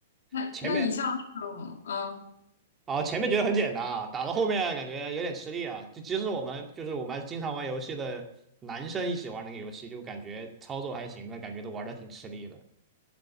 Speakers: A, on the left; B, on the right.
A: 那那你像那种嗯
B: 前面啊，前面觉得很简单啊，打到后面感觉有点吃力啊。就即使我们就是我们经常玩游戏的男生一起玩那个游戏，就感觉操作还行的，感觉都玩的挺吃力的。